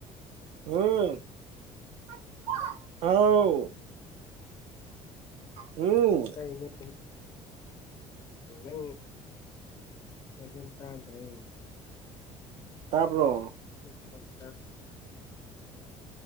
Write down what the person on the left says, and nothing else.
ꯑꯩꯅꯦ ꯅꯪ ꯐꯖꯅ ꯇꯥꯗ꯭ꯔꯦ
ꯍ ꯍꯣꯏ <inaudible>